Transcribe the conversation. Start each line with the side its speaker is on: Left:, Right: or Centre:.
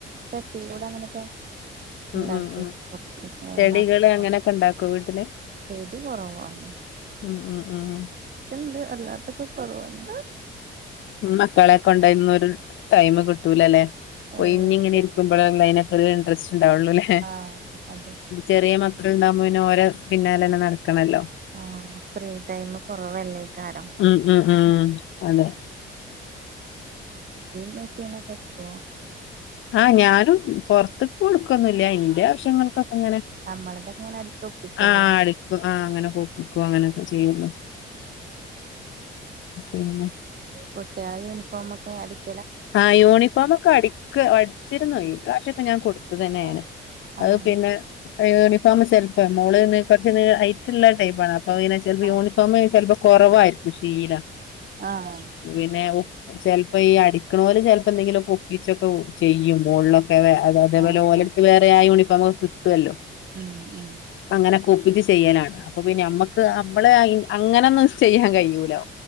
Right: ചട്ടി കൂടെ അങ്ങനെയൊക്കെ. ഉണ്ടാക്കി
Left: ഉം ഉം ഉം
Right: കൊറച്ച്
Left: ചെടികൾ
Right: മത്തന
Left: അങ്ങനൊക്കെ ഉണ്ടാക്കോ വീട്ടിൽ.
Right: ചെടി കുറവാണ്.
Left: ഉം ഉ ഉം.
Right: ടിണ്ട് അല്ലാത്തൊക്കെ കൊറവാണ്.
Left: മക്കളെ കൊണ്ടയ്നൊരു ടൈം കിട്ടൂലല്ലേ
Right: ഏഹ്
Left: ഒയ്ഞ് ഇങ്ങനെ ഇരിക്കുമ്പോഴള്ള ല്ലയ്നക് ഇൻട്രസ്റ്റ് ഉണ്ടാവുള്ളു ല്ലെ
Right: ആഹ് അതെ
Left: ചെറിയ മക്കൾ ഉണ്ടാവുമ്പോരെ പിന്നാലന്നെ നട ക്കണല്ലോ
Right: ആഹ് ഫ്രീ ടൈം കുറവല്ലേക്കാരം
Left: ഉം ഉം ഉം അതെ.
Right: മെഷീനടിക്കോ?
Left: ആ ഞാനും പുറത്ത് കൊടുക്കൊന്നില്ല ന്റെ ആവശ്യങ്ങൾക്കൊ അങ്ങനെ
Right: നമ്മളതൊക്കെ ഇങ്ങനെ അടിച്ചൊപ്പിക്കലേ
Left: ആ അടിക്കും ആ അങ്ങനെ കോപ്പിക്കും അങ്ങനക്കെ. ചെയ്യൊള്ളു പിന്നെ.
Right: കുട്ടിയാളെ യൂണിഫോമക്കെ അടിക്കോ.
Left: ആ യൂണിഫോമക്കെ അടിക്ക് അടിച്ചിരുന്നു ഈ പ്രാവശ്യൊക്കെ ഞാൻ കൊടു ത്ത തന്നെണ്
Right: അതോ ആഹ്
Left: അത് പിന്നെ യൂണിഫോം ചെല്പെ മോൾ കുറച്ച് നീ ഹൈ റ്റുള്ള ടൈപ്പാണ് അപ്പൊ പിന്നെ ചെൽപ്പോ
Right: ആഹ്
Left: യൂണിഫോം ചിലപ്പോ കുറവായിരിക്കും ശീല.
Right: ആഹ്
Left: പിന്നെ ചിലപ്പോ ഈ അടിക്ക്ണോൽ ചെൽപ്പോ എന്തെങ്കിലുക്ക ഒപ്പി ചോക്കെ ചെയ്യും മോള്ലൊക്കെ അ അതേപോലെ
Right: ആഹ്
Left: ഓലെടുത്ത്
Right: ആഹ്
Left: വേറെ ആ യൂണിഫോമക്കെ കിട്ട് ല്ലോ
Right: ഉം ഉം
Left: അങ്ങനെ. കുപ്പിച്ച് ചെയ്യാലാണ് അപ്പൊ പിന്നെ നമ്മക്ക് നമ്മളെ അങ്ങനൊന്നും ചെയ്യാൻ കഴിയൂലോ.